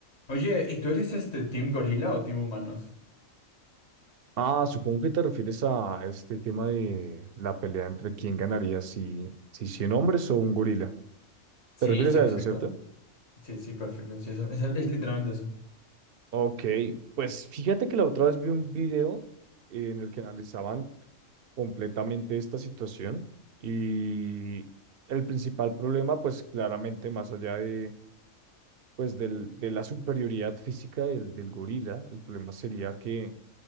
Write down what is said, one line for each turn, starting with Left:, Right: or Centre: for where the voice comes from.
Left: Oye, ¿y tú eres este Team Gorila o Team Humanos?
Right: Ah, supongo que te refieres a este tema de la pelea entre quién ganaría, si, si 100 hombres o un gorila.
Left: Sí,
Right: ¿Te refieres
Left: sí,
Right: a
Left: exacto.
Right: eso, cierto?
Left: Sí, sí, perfecto. Sí, eso- es, es literalmente eso.
Right: Ok, pues fíjate que la otra vez vi un video eh, en el que analizaban completamente esta situación y el principal problema, pues claramente más allá de, pues, del, de la superioridad física del, del gorila, el problema sería que